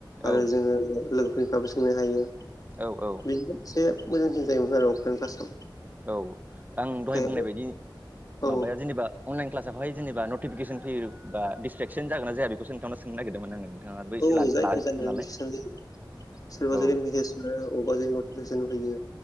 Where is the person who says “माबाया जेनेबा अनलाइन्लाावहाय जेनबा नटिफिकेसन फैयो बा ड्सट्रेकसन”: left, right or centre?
Right